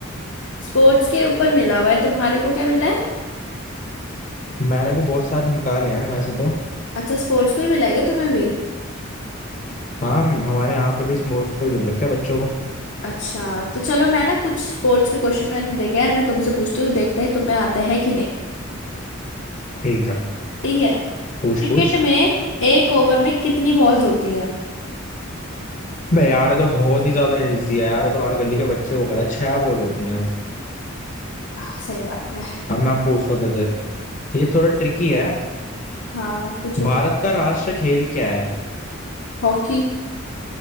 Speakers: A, on the left; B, on the left.
A: स्पोर्ट्स के ऊपर मिला हुआ है तुम्हारे को क्या मिला है
B: मैंने भी बहुत सारे निकाले हैं वैसे तो
A: अच्छा स्पोर्ट्स में मिला है क्या तुम्हें भी
B: हाँ हमारे यहाँ पे भी स्पोर्ट्स पे मिल रखे हैं बच्चों को
A: अच्छा तो चलो मैं ना कुछ स्पोर्ट्स के क्वेश्चन मैंने देखे हैं मैं तुमसे पूछती हूँ देखते हैं तुम्हें आते हैं कि नहीं
B: ठीक है
A: ठीक है
B: पूछ
A: क्रिकेट
B: पूछ
A: में एक ओवर में कितनी बॉल्स होती हैं
B: बे यार ये तो बहुत ही ज्यादा इजी है यार ये तो हर गली के बच्चे को पता है छह बॉल होती हैं
A: आह, सही बात है
B: अब मैं पूछता हूँ तुझे ये थोड़ा ट्रिकी है
A: हाँ पूछो
B: भारत का राष्ट्र खेल क्या है
A: हॉकी